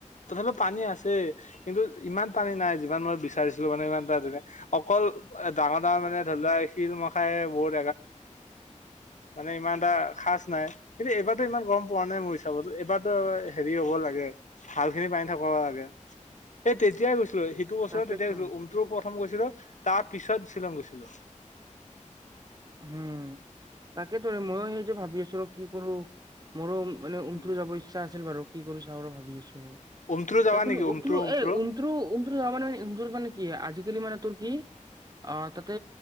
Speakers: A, on the left; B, on the right.
A: তথাপিও পানী আছেই কিন্তু ইমান পানী নাই যিমান মই বিচাৰিছিলো মানে ইমান টা তে অকল ডাঙৰ ডাঙৰ মানে ধৰি লোৱা শিল মাখাই বহুত <inaudible> মানে ইমান এটা সচ নাই কিন্তু এইবাৰতো ইমান গম পোৱা নাই মোৰ হিচাপতো এইবাৰতো হেৰি হব লাগে ভাল খিনি পানী থাক লাগে তেতিয়াই গৈছিলৈ <inaudible> সেইটো বছৰত
B: তাকেতো
A: তেতিয়া গৈ উমট্ৰু প্ৰথম গৈছিলো <inaudible> তাৰ পিছত শ্বিলং গৈছিলো।
B: উম তাক তাকেইটো ময়ো সেইটো ভাবি আছো কি কৰো। মোৰো মানে উমটো
A: উম
B: যাব ইচ্ছা আছিল বাৰু <inaudible> কি কৰো চাও ৰ ভাবি আছো।
A: উমট্ৰু যাবা
B: সখনোনো
A: নেকি
B: উম
A: উমট্ৰু উমট্ৰু
B: এই উ্ৰু <unintelligible> উমট্ৰু যাবা মানে মানে উমট্ৰু মানে কি আজিকালি মানে তোৰ কি অ' তাতে